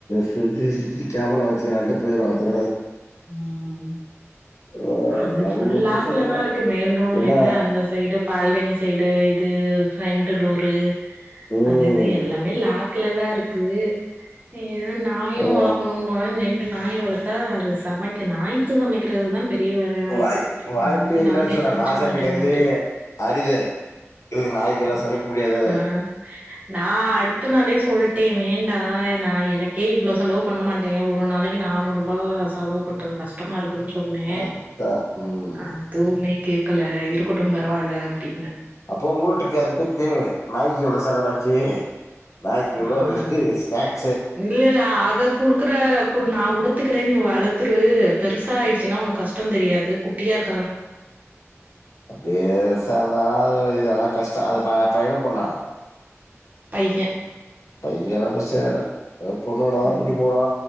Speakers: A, on the left; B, on the right.
A: சுத்தி சுத்தி கேமரா வெச்சிக்கிறான்ட்டு போயிருவான் திரு
B: உம்.
A: ஆ
B: அது
A: அதெல்லா
B: ப்ச் ஃபுல்
A: ஒன்னு
B: லாக்குலதா
A: பிரச்சன இல்ல
B: இருக்கு மேல் ரூம்ல
A: என்ன
B: இருந்து அந்த சைடு பால்கனி சைடு இது ஃப்ரண்ட் லூரு
A: ம்
B: அது இது எல்லாமே லா க்லதா இருக்கு இ து நாயு
A: ஆ
B: வளக்கணுன்றாங்க எ நாய் வளத்தா இது சமைக்க நாய்க்கு சமைக்கிறதுதான் பெ ரிய வேலயா இருக்கு
A: வாய் வாய்ப்பே
B: எனக்கு
A: இல்லன்னு
B: நானே
A: சொல்ல
B: சமைச்சுக்க
A: நா சமைக்கிறதே
B: மாட்டேனேன்ட்டார்.
A: அரிது இது நாய்க்கெல்லா சமைக்க முடியாது
B: ஆ நா அடுத்த நாளே சொல்ட்டேன் வேண்டா நா எ எனக்கே இவ்ளோ செலவு பண்ண மாட்டியா ஒரு நாளைக்கு நானூறு ரூபா ஹலோ பண்றது கஷ்டமா இருக்குனு சொன்னே
A: அதா ம்
B: அதுவுமே கே கல்ல இருக்கட்டும் பாரா அல்ல எப்டி
A: அப்போ உங்கள்ட்டு காரட்ட கேளு நாய்க்கி இவ்ளோ செலவாச்சு நாய்க்கி இவ்ளோ
B: ஆ
A: ஸ்நெக்
B: இல்ல இல்ல அத குடுக்கறத நா குடுத்துக்கறேன் நீ வளத்துரு பெருசா ஆயிடுச்சுன்னா உனக்கு கஷ்டோந் தெரியாது குட்டியா இரு
A: பேசாம இருதாலா கஷ்டோ அது பைய்ணா, பொண்ணா.
B: பையன்
A: பையனா பிரசச்சன இல்ல பொண்ணுனாதா
B: ம்
A: குட்டி போடு